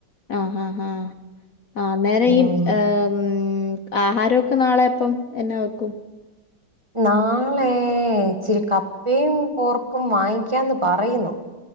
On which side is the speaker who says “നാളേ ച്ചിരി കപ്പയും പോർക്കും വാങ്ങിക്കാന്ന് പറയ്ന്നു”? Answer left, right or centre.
Right